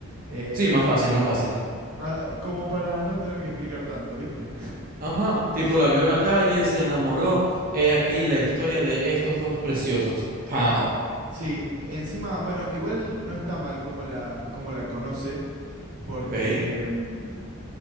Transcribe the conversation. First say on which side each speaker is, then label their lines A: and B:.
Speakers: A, on the right; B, on the right.
A: Eh,
B: Sí, más fácil, más fácil.
A: ah, como para no tener que explicar tanto, ¿viste?
B: Ajá, tipo la vio en la calle, se enamoró. He aquí la historia de estos dos preciosos. Pau.
A: Sí, encima, bueno, igual no está mal cómo la, cómo la conoce, porque,
B: Ok,
A: mm,